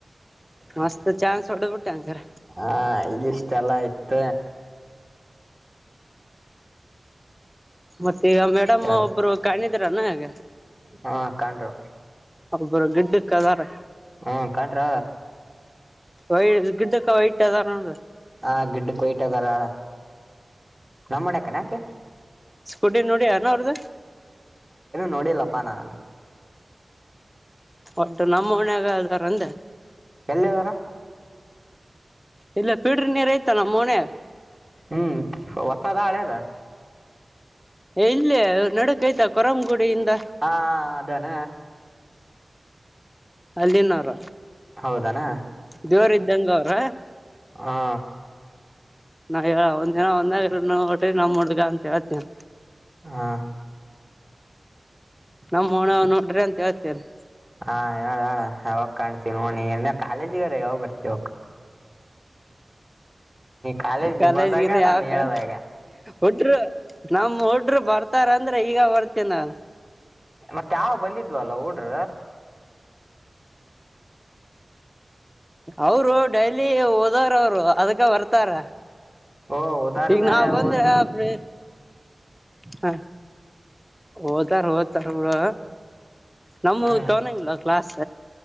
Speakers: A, in the centre; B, on the right (about 20°).
A: ಮಸ್ತ್ ಚಾನ್ಸ್ಡ್ಡಟ್ಟ್ಯಾನ್ ಸರ್
B: ಹಾ ಇದಿಷ್ಟೆಲ್ಲ ಆಯತ
A: ಮತ್ತೆ ಈಗ ಮೇಡಮ್
B: ಇಷ್ಟೆಲ್ಲ
A: ಒಬ್ರು ಕಾಣಿದ್ರಾನ ಈಗ
B: ಹಾ ಕಂಡರು
A: ಒಬ್ಬರು ಗಿಡ್ಡಕ್ಕದಾರೆ
B: ಹ್ಮ ಕಂಡ್ರ
A: ವೈ ಗಿಡ್ಡಕ್ಕ ವೈಟ್ ಅದಾರ
B: ಹಾ ಗಿಡ್ಡ ಕೊಯಟ್ಟದಾರಳ ನಮ್ಮಣಕನ ಯಾಕೆ
A: ಸ್ಕುಡಿ ನೋಡಿ ಯಾರ ಅವ್ರ್ದ
B: ನೋಡಿಲ್ಲಪ್ಪ ನಾನ್
A: ಒಟ್ಟು ನಮ್ಮ ಮನಾಗ ಅದಾರಂದ
B: ಅಲ್ಲ ಸರ
A: ಇಲ್ಲ ಪೀಡ್ರ ನೀರ್ ಐ್ತ ನಮ್ಮ ಮೊನ
B: ಹ್ಮ್ ಹೊಸದ ಹಳೆದ
A: ಇಲ್ಲಿ ನಡಕ್ ಐತ ಕೊರಂಗುಡಿಯಿಂದ
B: ಹಾ ಅದಾನ
A: ಅಲ್ಲಿನಾರ
B: ಹೌದನಾ
A: ದೇವ್ರ ಇದ್ದಂಗ ಅವ್ರ
B: ಹಾ
A: ನಾ ಹೇಳ ಒಂದ ದಿನ ಒಂದಾಗಟ್ರಿ ನಮ್ ಹುಡ್ಗ ಅಂತ ಹೇಳ್ತೇನ
B: ಹಾ
A: ನಮ್ಮ ಹೋಣ ನೋಡ್ರಿ ಅಂತ ಹೇಳ್ತೇನೆ
B: ಹಾ ಹೇಳಳ್ ಹೇಳ ಯಾವಾಗ ಕಾಣ್ತೀವ ನೋಂದ ಕಾಲೇಜಗಾರ ಯಾವಾಗ್ ಬರ್ತವ ಕಾಲೇಜ್
A: ಕಾಲೇಜ್ಗಿಂದ
B: ಬಂದಾಗ ನಾನ್
A: ಯಾವ
B: ಹೇಳದಾಗ
A: ಹಟರು ನಮ್ ಹಡ್ರು ಬರ್ತಾರಂದ್ರೆ ಈಗ ಬರ್ತನ
B: ಮತ್ತೆ ಯಾವ ಬಂದಿದ್ವಲ್ಲ ಊಡ್ರ
A: ಅವರು ಡೈಲಿ ಓದಾರ ಅವರು ಅದಕ್ಕ ಬರ್ತಾರ
B: ಓ ಉದಾರ್
A: ಈಗ
B: ಬೇರೆ
A: ನಾ ಬಂದ್ರೆ
B: ಓದ್ಲ
A: ಅ್ರ ಹಾ ಓತಾರ ಓದ್ತಾರ ನಡ ನಮ
B: ಹ್ಮ್
A: ತಗೊಂಡಂಗಿಲ್ಲ ಕ್ಲಾಸ್